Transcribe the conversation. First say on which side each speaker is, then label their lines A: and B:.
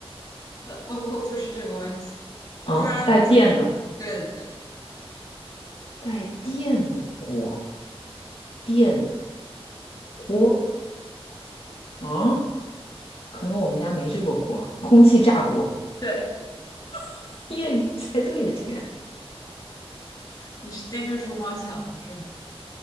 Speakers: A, on the left; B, on the left.
A: 呃，不不不是这个问题，
B: 啊，
A: 是它怎么？
B: 带电的，
A: 对对对
B: 带电的锅，电锅啊，可能我们家没这个锅，空气炸锅。
A: 对，
B: <laughs> 耶，猜对了，竟然
A: 你是盯着厨房想的是吗？